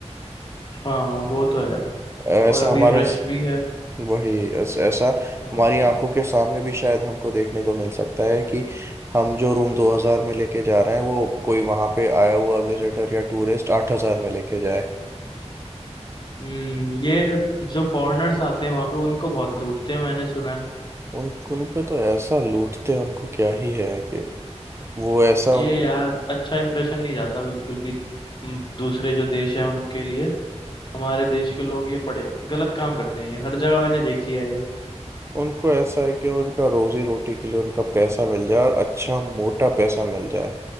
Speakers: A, on the left; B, on the right.
A: हाँ वो तो है
B: ऐसा
A: और अभी
B: हमारे
A: रश
B: बिल्कुल
A: भी है
B: स- वही ऐस- ऐसा
A: हाँ
B: हमारी आंखों के सामने भी शायद हमको देखने को मिल सकता है कि हम जो रूम 2000 में लेके जा रहे हैं वो कोई वहाँ पे आया हुआ विजिटर या टूरिस्ट 8000 में लेके जाए
A: हम्म ये जो फॉरेनर्स आते हैं वहां पे उनको बहुत लूटते हैं मैंने सुना है
B: उन उन पे तो ऐसा लूटते हैं उनको क्या ही है कि वो ऐसा
A: ये
B: उन
A: यार अच्छा इंप्रेशन नहीं जाता बिल्कुल भी हम्म, दूसरे जो देश हैं उनके लिए हमारे देश के लोग ये बड़े गलत काम करते हैं ये हर जगह मैंने देख लिया है ये
B: उनको ऐसा है कि उनका रोजी रोटी के लिए उनका पैसा मिल जाए और अच्छा मोटा पैसा मिल जाए